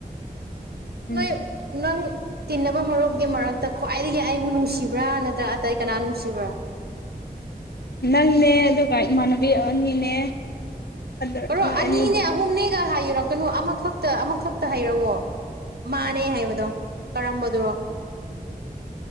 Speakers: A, on the left (about 90°); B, on the right (about 80°).
A: ꯎꯝ
B: ꯅ ꯅꯪ ꯇꯤꯟꯅꯕ ꯃꯔꯨꯞꯒꯤ ꯃꯔꯛꯇ ꯈ꯭ꯋꯥꯏꯗꯒꯤ ꯑꯩꯕꯨ ꯅꯨꯡꯁꯤꯕ꯭ꯔꯥ ꯅꯠꯇ꯭ꯔ ꯑꯇꯩ ꯀꯅꯥ ꯅꯨꯡꯁꯤꯕ꯭ꯔꯥ
A: ꯅꯪꯅꯦ ꯑꯗꯨꯒ ꯏꯃꯥꯟꯅꯕꯤ ꯑꯅꯤꯅꯦ ꯑꯗ
B: ꯃꯔꯣ
A: ꯅꯣꯏ
B: ꯑꯅꯤꯅꯦ
A: ꯑꯅꯤ
B: ꯑꯍꯨꯝꯅꯦꯒ ꯍꯥꯏ ꯌꯨꯔ ꯀꯩꯅꯣ ꯑꯃꯈꯛꯇ ꯑꯃꯈꯛꯇ ꯍꯥꯏꯔꯛꯋꯣ ꯃꯥꯅꯦ ꯍꯥꯏꯕꯗꯣ ꯀꯔꯝꯕꯗꯨꯔꯣ